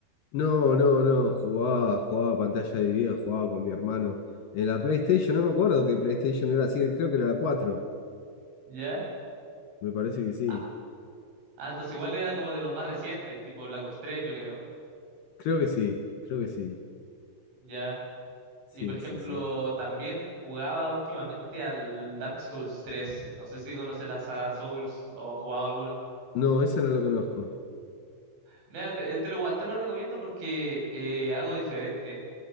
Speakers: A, on the left; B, on the right.
A: No, no, no, jugaba, jugaba pantalla dividida, jugaba con mi hermano. En la PlayStation, no me acuerdo que PlayStation era así, creo que era la 4.
B: ¿Ya?
A: Me parece que sí.
B: Ah, ah, entonces igual era como de los más recientes, tipo Black Ops 3 yo creo.
A: Creo que sí, creo que sí.
B: ¿Ya?
A: Sí,
B: Y por ejemplo,
A: sí, sí.
B: también jugaba últimamente al Dark Souls 3. No sé si conoces la saga Souls o has jugado alguno.
A: No, esa no la conozco.
B: Mira, te, eh, te lo igual te lo recomiendo porque eh, algo diferente.